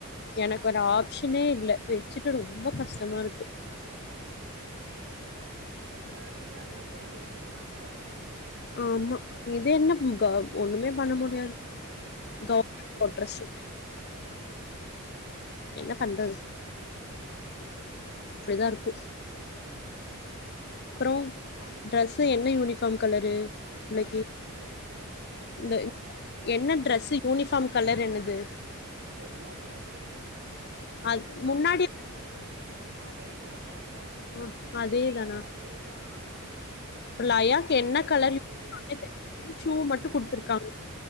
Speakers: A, on the left; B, on the right.
A: எனக்கு ஒரு ஆப்ஷனே இல்ல வச்சுட்டு ரொம்ப கஷ் டமா இருக்கு
B: நம்ம வீடா இருந்தா கூட அது எதும் மாத்தலா
A: ஆமா இது என்ன ம் க ஒண்ணுமே
B: இது
A: பண்ண
B: கவர்மெண்ட்கு
A: முடியாது
B: ஆமா ஆமா
A: கவர்மெண்ட் கோட்ரஸ்ஸு
B: <unintelligible>
A: என்ன பண்றது அப்டிதா இருக்கு ப்புறோ டிரஸ் த என்ன யூனிஃபார்ம் கலரு புள்ளக்கி
B: அ புரியல
A: இந்த எ என்ன ட்ரெசு யூனிஃபார்ம் கலர் என்னது
B: எல்லோ கலர் டி
A: அது
B: எல்லோ
A: முன்னாடி
B: ஷர்டு அதே தா ஆம் ஆமா
A: ஆ
B: ஃப்ரீ
A: அதேதானா
B: கே ஜி ல இருந்து அதேதா ஆம் ம்மா பேக்கு
A: லயாக்கு
B: அதே
A: என்ன கலர்
B: பேக்கு
A: யூனிஃபார்மே தெர்ல ஷூ மட்டு
B: ஆ
A: குடுத்துருக்காங்க